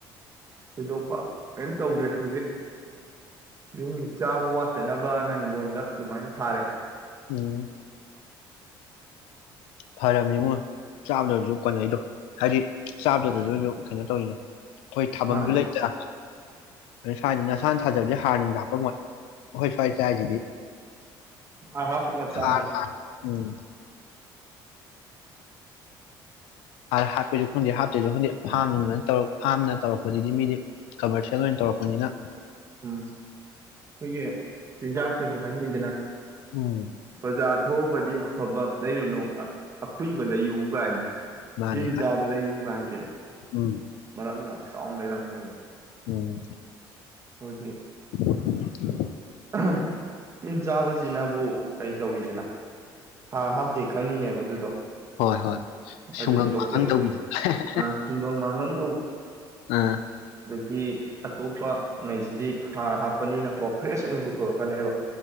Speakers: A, on the right (about 35°); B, on the left (about 85°).
A: ꯊꯣꯏꯗꯣꯛꯄ ꯀꯔꯤꯝ ꯇꯧꯗ꯭ꯔꯦ ꯍꯧꯖꯤꯛ ꯌꯨꯝꯒꯤ ꯆꯥꯕ ꯋꯥꯠꯇꯅꯕꯅ ꯍꯤꯡꯒꯣꯟꯗ ꯑꯗꯨꯃꯥꯏꯅ ꯊꯥꯔꯦ
B: ꯎꯝ ꯐꯔꯕꯅꯤ ꯏꯉꯣ ꯆꯥꯕꯗ ꯑꯣꯢꯁꯨ ꯀꯣꯟꯅꯩꯗꯣ ꯍꯥꯏꯗꯤ ꯆꯥꯕꯗꯗꯁꯨ ꯀꯩꯅꯣ ꯇꯧꯔꯤꯗꯣ ꯑꯩꯈꯣꯏ ꯊꯥꯕꯝꯁꯨ
A: ꯃꯥꯅꯦ
B: ꯂꯩꯇꯥ ꯑꯗꯩ ꯁꯥꯏꯗꯅ ꯅꯁꯥꯅ ꯊꯥꯖꯕꯗꯤ ꯍꯥꯔ ꯅꯨꯡꯁꯨ ꯍꯥꯞꯄꯝꯃꯣꯏ ꯈꯣꯏ ꯁ꯭ꯋꯥꯏ ꯆꯥꯏꯁꯤꯗꯤ
A: ꯥꯍꯥꯔ ꯍꯥꯞꯄꯉ ꯆꯥꯕ
B: ꯍꯥꯔ ꯎꯝ ꯍꯥꯞꯄꯦꯁꯨ ꯈꯪꯗꯦ ꯍꯥꯞꯇꯦꯁꯨ ꯈꯪꯗꯦ ꯐꯥꯝ ꯅꯨꯡꯅ ꯇꯧꯔ ꯐꯥꯝꯅ ꯇꯧꯔꯛꯄꯗꯨꯗꯤ ꯃꯤꯗꯤ ꯀꯃꯔꯁꯤꯌꯦꯜ ꯑꯣꯏꯅ ꯇꯧꯔꯛꯄꯅꯤꯅ
A: ꯎꯝ ꯑꯩꯈꯣꯏꯒꯤ ꯆꯤꯟꯖꯥꯛꯇꯁꯨ ꯍꯥꯏꯅꯩꯗꯅ
B: ꯎꯝ
A: ꯕꯖꯥꯔ ꯊꯣꯛꯑꯒꯗꯤ ꯑꯝ ꯐꯕꯞ ꯂꯩꯔꯨꯅꯨ ꯑ ꯑꯈꯨꯏꯕ ꯂꯩꯌꯨ ꯀꯥꯏꯅ
B: ꯃꯥꯅꯦ
A: ꯇꯤꯟ ꯆꯥꯕ ꯂꯩꯎꯒꯥꯏ <inaudible>
B: ꯎꯝ
A: ꯑꯝ ꯌꯥꯝ ꯆꯥꯎꯅ ꯂꯩꯔꯝꯃꯦꯕ
B: ꯎꯝ
A: ꯍꯣꯗꯦ
B: <inaudible>
A: ꯑꯥ ꯇꯤꯟ ꯆꯥꯕꯁꯤꯅꯕꯨ ꯀꯔꯤ ꯇꯧꯋꯤꯗꯅ ꯍꯥꯔ ꯍꯥꯞꯇꯦ ꯈꯪꯉꯤꯅꯦꯕ ꯑꯗꯨꯗꯣ
B: ꯍꯣꯏ ꯍꯣꯏ
A: ꯍꯥꯏꯗꯤ
B: ꯁꯨꯡꯒꯪ
A: ꯂꯣꯀꯦꯜꯒꯤ
B: ꯃꯒꯪ ꯇꯧꯕꯤꯗꯣ ꯍꯦ ꯍꯦ
A: ꯑ ꯇꯨꯡꯒꯪ ꯃꯥꯡꯒꯪ
B: ꯍꯦ ꯑꯥ
A: ꯀꯤ ꯑꯇꯣꯞꯄ ꯉꯩꯁꯤꯗꯤ ꯍꯥꯔ ꯍꯥꯞꯄꯅꯤꯅꯀꯣ ꯐ꯭ꯔꯦꯁ ꯑꯣꯏꯅ ꯄꯨꯊꯣꯔꯛꯀꯅꯤꯕ